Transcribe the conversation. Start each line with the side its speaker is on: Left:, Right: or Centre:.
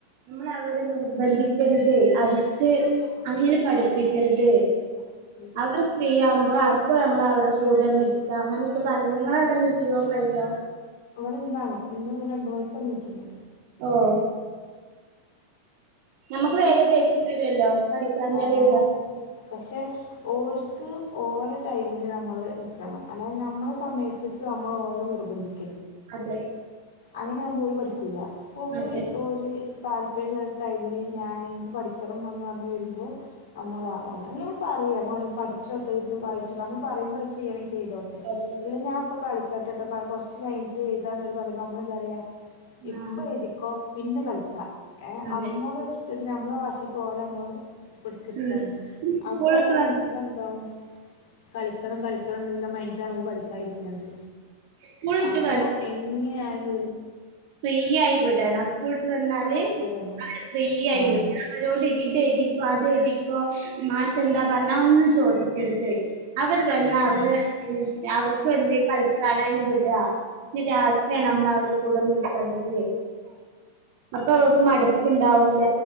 Right: നമ്മൾ അവരെ നിർബന്ധിക്കരുത് അത് ച്ച്
Left: ആഹ്
Right: അങ്ങനെ പഠിപ്പിക്കരുത്.
Left: അപ്പൊ ശരി
Right: അവർ ഫ്രീയാവുമ്പോ അവ് പോൾ നമ്മള അവരുടെ കൂടെ നിൽക്ക അങ്ങനെയൊക്കെ പറഞ്ഞു നിങ്ങളെ അവിടെ മീറ്റിംഗ്
Left: അതെ
Right: ഒക്കെ കഴിഞ്ഞോ
Left: ഇവിടെ ഇന്നാണ് ഇന്ന് രണ്ട് മണിക്ക് പെ മീറ്റിംഗ്
Right: ആഹ നമുക്ക് വേഗം ദേഷ്യം വരൊല്ലോ? പഠിക്കാഞ്ഞാല്
Left: ആഹ്
Right: എഴുതാഞ്ഞാ
Left: പക്ഷെ ഓര്ക്ക് ഓലെ ടൈമില് നമ്മള് നിക്കണം അലാ ഞമ്മളെ സമയത്ത് ത് നമ്മള് ഓലെ നിർബന്ധിക്
Right: അതെ
Left: അങ്ങനെയ ആകുമ്പോ പോയി പഠിക്കൂല ഓല്
Right: അതെ
Left: ഓല് താല്പര്യണ്ടാ ടൈമില് ഞാൻ ഇൻക്ക് പഠിക്കണംന്ന് പറഞ്ഞ് വരുമ്പോ നമ്മള് ഒന്നാമത് നമ്മള് പറയാ മോനെ പഠിച്ചോട്ടെ ഇരുന്ന് വായിച്ച് നമ്മൾ പറയുമ്പോൾ അവത്ര് ചെയ്യണെങ്ക ചെയ്തോട്ടെ
Right: അതെ അതെ
Left: ഇല്ല ഞാൻ ഇപ്പൊ കള ട്ടട്ടട്ടോ കൊർച്ച് കയിഞ്ഞിട്ട്എഴുതാന്ന് പറയുമ്പൾ നമ്മള് കറിയാ ഇപ്പൊ
Right: ആഹ്
Left: എഴുതിക്കോ പിന്നെ കളിക്ക ഏ
Right: അതെ
Left: അമ്മള് ഇത് നമ്മളെ വശിക്ക് ഓലെ നമ്മള് പിടിച്ചിർത്താണ്
Right: ഉം
Left: അപ്പൊ
Right: സ്കൂൾ
Left: ഓലെ
Right: വിട്ട് വ
Left: മനസ്സിലെന്താവും കളിക്കണം കളിക്കണം ന്നില്ല മൈൻഡിലാണ് ഒരു പഠിക്കായിരിക്ക തള്ളത്
Right: സ്കൂൾ വിട്ട്
Left: അപ്പോൊ എങ്ങനെയ ഉം
Right: ഫ്രീയായി വിടണം ടസ്കൂൾ വന്നാല്
Left: വിടണം
Right: അവര് ഫ്രീ ആയിട
Left: ആഹ്
Right: അവരോട് ഇപ്പൊ അത് എഴുതിക്കൊ മാഷെന്താ പർ ഞ്ഞാ അതൊന്നും ചോദിക്കരുത് അവര് വന്ന അവരെ
Left: ആഹ്
Right: തിന് അവർക്കും എന്തേ കളിക്കാനായിന് വിട ഇഞ് രാത്രിയാണ് നമ്മള് അവരുടെ കൂടെന്ന് ക്കണ്ടത് അപ്പൊ അവക്ക് മടുപ്പുണ്ടാവൂല